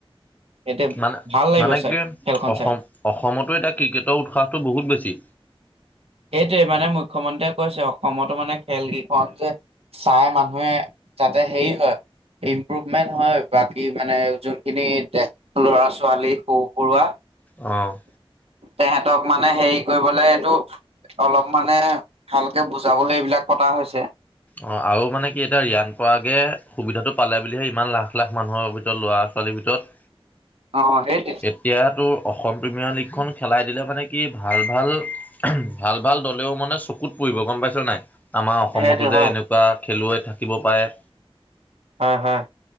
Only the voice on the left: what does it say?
মানে
মানে
কি
অসম-
অসমতো এতিয়া ক্ৰিকেটৰ উৎসাহটো বহুত বেছি।
অঁ'
অঁ আৰু মানে কি এতিয়া ৰিয়ান পৰাগে সুবিধাটো পালে বুলিহে ইমান লাখ লাখ মানুহৰ ভিতৰত লোৱা আছে। পোৱালীৰ ভিতত-
এতিয়াতো- অসম প্ৰিমিয়াৰ লীগখন খেলাই দিলে মানে কি ভাল ভাল ভাল ভাল দলেও মানে চপ- ক'ত পৰিব গম পাইছ নাই? আমাৰ অসমতো
যে
এনেকুৱা খেলুৱৈ থাকিব পাৰে-